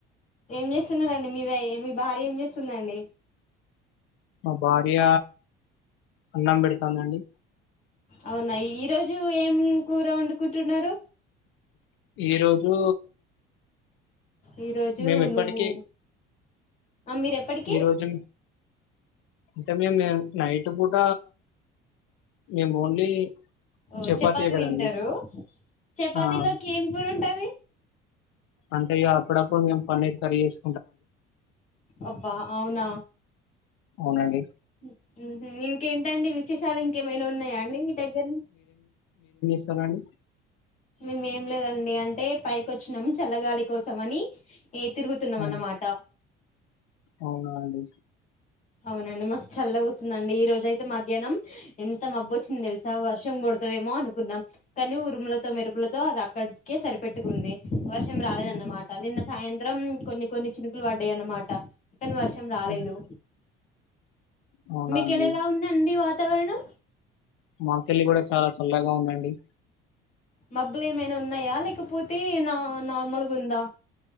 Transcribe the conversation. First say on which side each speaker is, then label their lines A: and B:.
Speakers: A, on the left; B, on the left.
A: ఏం చేస్తున్నా మీ మీ భార్య ఏం చేస్తుందండి
B: మా భార్య అన్నం పెడతందండి
A: అవునాయి ఈ రోజు ఏం కూర వండుకు ుంటున్నారు
B: ఈ రోజు
A: ఈ రోజు
B: మేము ఇప్పటికీ
A: నువ్వు ఆ మీరు ఎప్పటికిీ
B: ఈ రోజు అంటే మేము నైట్ పూట మేము ఓన్లీ
A: ఓ
B: చపాతీయే
A: చపాతి
B: కదండి
A: తింటారు. చపాతిలోకి
B: ఆ
A: ఏం కూర ఉంటది.
B: అంటే ఇగా అప్పుడప్పుడు మేం పన్నీర్ కర్రి చేస్
A: అబ్బా అవునా
B: అవునండి.
A: హ్ హు ఇంకేంటండి విశేష చాలా ఇంకేమైనా ఉన్నాయా అండి మీ దగ్గర
B: సరనీ
A: మేముేం లేదండి అంటే పైకి వచ్చినాం చల్లగాలి కోసం అని ఏ తిరుగుతున్నాం
B: అవును.
A: అన్నమాట
B: అవునా అండి
A: అవునండి మస్తు చల్ల వస్తుందండి ఈ రోజ అయితే మధ్యాహ్నం ఎంత మబ్బు వచ్చింది తెలుసా వర్షం కొడుతుదేమో అనుకుందాం కానీ ఉరుములతో మెరుపులతో అక్కడికే సరిపెట్టుకుంది వర్షం రాలేదన్నమాట నిన్న సాయంత్రం సాయంత్రం కొన్ని కొన్ని చినుకులు పడ్డాయి అన్నమాట క్కన వర్షం రాలేదు
B: అవునా అవునా
A: మీకుెలా
B: అండి
A: ఎలా ఉందండి వా తవరణం
B: మా పేళ్ళి కూడా చాలా చల్లగా ఉందండి.
A: మబ్బులు ఏమైనా ఉన్నాయా లేకపోతే నా నార్మల్గా ఉందా.